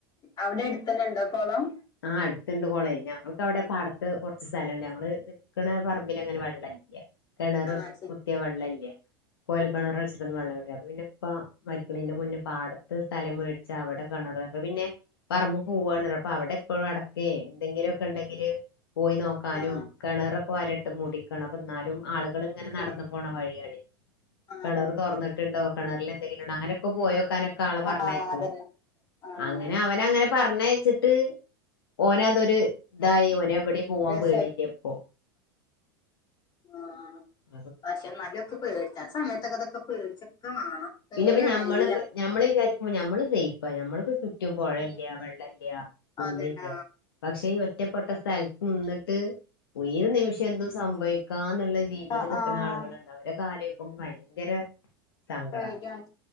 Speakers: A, on the left; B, on the left.
A: അവിടെ അടുത്തന്നെ ഉണ്ടോ കൊളം
B: ആഹ് അടുത്തുണ്ട് കൊളേ ഞങ്ങൾക്ക് അവിടെ പാടത്ത് കുറച്ച് സ്ഥലം ഞങ്ങങ്ങള് നിക്കണ പറമ്പിൽ അങ്ങനെ വെള്ള ല്ല്യ കിണറ്
A: ആഹ് ശരി
B: കുത്തിയ വെള്ളല്യ
A: ആഹ്
B: കോഴൽ കിണറ് വെച്ചിട്ടൊന്ന് വെള്ളം കിട്ടിയ അപ്പൊ പിന്നെ ഇപ്പ മരിക്കണിന്റെ മുന്നേ പാടത്ത് സ്ഥലം മേടിച്ച് അവിടെ കിണറ് അപ്പൊ പിന്നെ പറമ്പ് പോവാണ് അപ്പൊ
A: ആഹ്
B: അവിടെ എപ്പഴും അടക്ക എന്തെങ്കിലുമൊക്കെ ഉണ്ടെങ്കില് പോയി നോക്കാനും
A: ആഹ്
B: കിണറൊക്കെ വലട്ട് മുടിക്കണ് പ്പം എന്നാലും ആളു- കൾ ഇങ്ങനെ
A: ശരി
B: നടന്നു പോകണ വഴിയാണെ
A: ആഹ്
B: കിണറ്
A: അതന്നെ
B: തുറന്നിട്ടുണ്ടോ കിണറില് എന്തെങ്കിലുണ്ടോ അങ്ങനൊക്കെ പോയോക്കാനൊ- ക്കാളെ പറഞ്ഞയക്കും
A: ആഹ് അതന്നെ ആഹ്
B: അങ്ങനെ അവനങ്ങനെ പറഞ്ഞയച്ചിട്ട് ഓനതൊരു ഇതായി ഓനെ എവിടെ- പോവാൻ
A: രസാ
B: പേടിയില്ലിപ്പൊ
A: ആഹ്
B: ആഹ്
A: പക്ഷെ നല്ലൊക്കെ പേടിച്ച സമയത്തക്കതൊക്കെ പേടിച്ചൊക്കെ വാണം പേടിയാണ്
B: പിന്നെപ്പോ ഞമ്മള്
A: എല്ലാം
B: ഞമ്മള് വിചാരിക്കും നമ്മള് സെയിഫാ ഞമ്മൾക്ക് ചുറ്റും പുഴല്യ വെള്ള ഇല്യ കുന്നില്യ
A: അതന്നെ
B: പക്ഷേ ഈ ഒറ്റപ്പെട്ട സ്ഥലത്ത് നിന്നിട്ട് ഏത് ഒരു നിമിഷം എന്തും സംഭവിക്കാംന്നുള്ള രീതിയിൽ
A: ആഹ്
B: നിൽക്കണ
A: ആഹ്
B: ആളുകളുണ്ട് അവരു കാര്യ- അപ്പൊമ്മക്ക് ഭയങ്കര സങ്കട
A: പേടിയാണ്